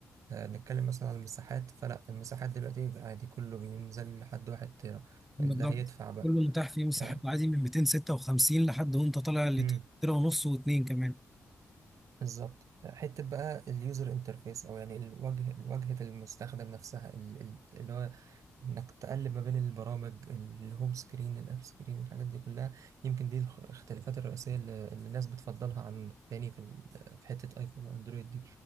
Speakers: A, on the right; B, in the centre.
A: آه، نتكلم مثلا على المساحات فلا المساحات دلوقتي عادي كله بينزل لحد واحد تيرا
B: بالظبط
A: اللي هيدفع بقى
B: كله متاح فيه مساحات
A: ف...
B: عادي من 256 لحد وانت طالع لتر
A: مم،
B: ونص واتنين كمان
A: بالظبط حتة بقى اليوزر انترفيس او يعني الواجهة واجهة المستخدم نفسها ال- ال- اللي هو انك تقلب ما بين البرامج الهوم سكرين الاب سكرين الحاجات دي كلها يمكن دي الخ- الاختلافات الرئيسيه اللي اللي الناس بتفضلها عن التاني في ال- في حته ايفون واندرويد دي